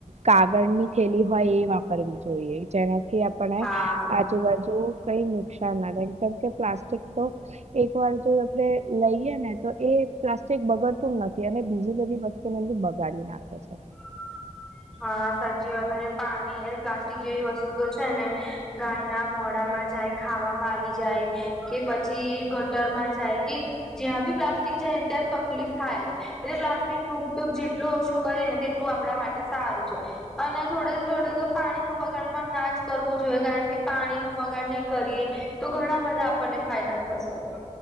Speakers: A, on the right; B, in the centre.
A: કાગળની થેલી હોય એ વાપરવી જોઈએ. જેનાથી આપણે
B: હા
A: આજુબાજુ, કઈ નુકસાન ના થાય, કારમ કે પ્લાસ્ટિક તો એક વાર જો. આપ લઈયએ ને તો એ પ્લાસ્ટિક બગડતું નથી. અને બીજી બધી વસ્તુ ને અંદુ બગાડી નાખે છે.
B: <inaudible> હા સાચી વાત અને અને પ્લાસ્ટિક જેવી વસ્તુઓ છે. ને ગાય ના મોડામાં જાય. ખાવામાં આવી જાય. કે પછી એ ગટર માં જાય. કે જ્યાં બી પ્લાસ્ટિક જાય, ત્યાં તકલીફ થાય જ, એટલે પ્લાસ્ટિક નો ઉપયોગ જેટલો ઓછો કરે ને તેટલું આપણા માટે સારું છે. અને જોડે જોડે તો પાણીનો બગાડ પણ ના જ કરવો જુએ કારણ કે પાણીનો બગાડ ની કરીએ, તો ઘણા બધા આપણને ફાયદા થશે.